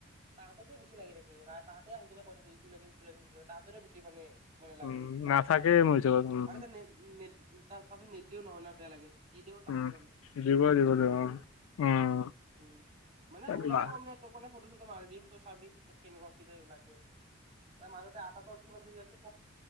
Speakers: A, on the right; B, on the left.
A: তাহাঁতকে বেছি লাগি <unintelligible> তাহাঁতকে আহি কিনে কৈ থাকে ইটো লাগে ইটো লাগিটো ল তাহাঁতৰে বেছি মানে। <inaudible> <inaudible> মানে লাগ
B: উম
A: লাগাত
B: নাথাকেই মোৰ ওচৰত উম
A: আৰু এতিয়া তাৰপিছত নেদিলেও নহয় ন বেয়া লাগে <unintelligible> নিদিওঁ তাহতক
B: উম
A: আমি
B: দিব দিব
A: এনেকুৱা
B: দিব
A: টাইপৰ
B: উম
A: উম <inaudible> মানে
B: উম
A: ওলালে ক'ম দে তোক মানে ফটো-চটো মাৰি দিম তই চাবি কেনেকুৱা কি লাগে আৰু <inaudible> মাজতে আটা তোৰ কিমান <inaudible> কেজি আছিল